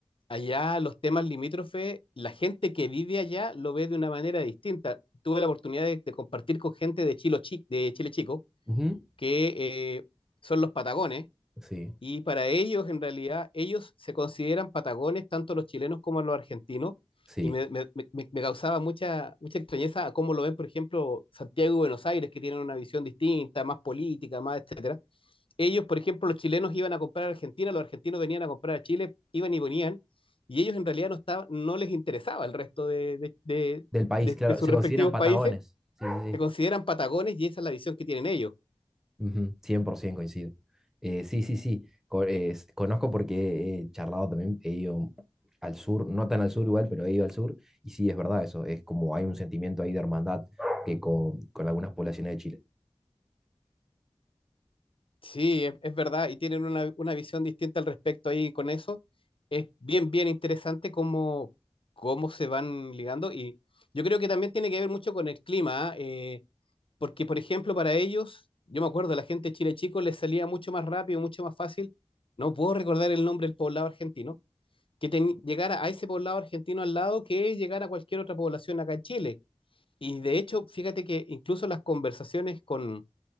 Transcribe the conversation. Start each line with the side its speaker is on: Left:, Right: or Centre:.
Left: allá los temas limítrofes, la gente que vive allá lo ve de una manera distinta. Tuve la oportunidad de, de compartir con gente de Chile, Chi- de Chile Chico,
Centre: Ujú.
Left: que eh, son los patagones,
Centre: Sí,
Left: y para ellos, en realidad, ellos se consideran patagones, tanto los chilenos como los argentinos,
Centre: sí.
Left: y me, me- me- me me causaba mucha, mucha extrañeza a cómo lo ven, por ejemplo, Santiago y Buenos Aires, que tienen una visión distinta, más política, más etcétera ellos, por ejemplo, los chilenos iban a comprar a Argentina, los argentinos venían a comprar a Chile, iban y venían, y ellos en realidad no, estaban, no les interesaba el resto de, de, de,
Centre: Del país,
Left: de,
Centre: claro.
Left: de sus
Centre: Se
Left: respectivos
Centre: consideran patagones.
Left: países,
Centre: Sí, sí,
Left: se
Centre: sí.
Left: consideran patagones y esa es la visión que tienen ellos.
Centre: Ujú, 100% coincido. Eh, sí, sí, sí. Co- eh, s- conozco porque he charlado también. He ido al sur, no tan al sur igual, pero he ido al sur. Y sí, es verdad eso. Es como hay un sentimiento ahí de hermandad que con, con algunas poblaciones de Chile.
Left: Sí, es, es verdad, y tienen una, una visión distinta al respecto ahí con eso. Es bien, bien interesante cómo, cómo se van ligando y yo creo que también tiene que ver mucho con el clima. ¿ah? Eh, porque, por ejemplo, para ellos, yo me acuerdo, la gente de Chile Chico les salía mucho más rápido, mucho más fácil, no puedo recordar el nombre del poblado argentino, que ten- llegara a ese poblado argentino al lado que llegar a cualquier otra población acá en Chile. Y de hecho, fíjate que incluso las conversaciones con,